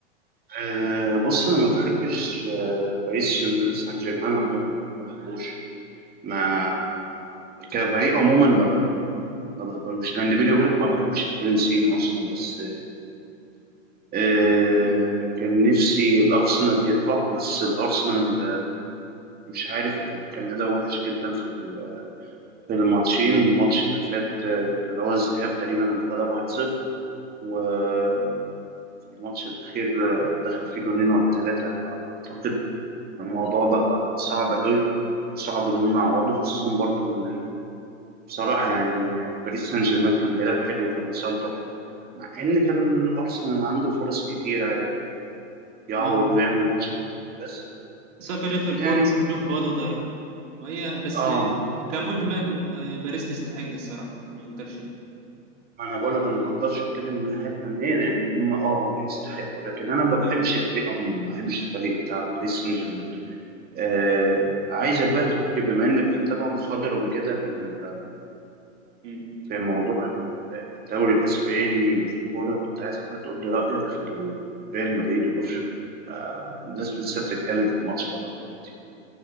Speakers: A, on the right (about 25°); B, on the right (about 70°).
A: آه بص أنا ما بحبش آه باريس شن- سان جيرمان عموما يعني ما بحبوش ما كفريق عموما ما ب... ما بقبلوش لأن بيني وبينك ما بحبش الفرنسيين أصلا بس آه كان نفسي الأرسنال يطلع بس الأرسنال مش عارف ال- كان أداء وحش جدا في ال- في الماتشين الماتش اللي فات آه، اللي هو الذهاب تقريبا اتغلب 1-0 وفي الماتش الأخير آه، دخل فيه جونين ولا ثلاثة على ما أعتقد الموضوع بقى صعب قوي صعب إن هم يعوضوا خصوصا برضو إن بصراحة يعني آه، باريس سان جيرمان كان بيلعب حلو وكان مسيطر مع إن كان أرسنال عنده فرص كتيرة يعني يعوض
B: اه
A: ويعمل ماتش بس
B: ساكا جات له الكوره
A: يعني
B: جون فاضي وضيعها وهي بس
A: اه
B: كمجمل آه، باريس تستحق الصراحه ما نقدرش
A: ما انا بقول لك انا ما اقدرش اتكلم من الناحيه الفنيه لان هم اه يستحقوا لكن انا ما بحبش الفريق عموما ما بحبش الفريق بتاع باريس سان جيرمان آه عايزك بقى تقول لي بما انك انت بقى مخضرم كده في ال-
B: مم.
A: في موضوع الدوري الاسباني والكوره كنت عايزك بقى تقول لي رايك في ال- ريال مدريد وبرشلونه آه الناس لسه بتتكلم في الماتش ده دلوقتي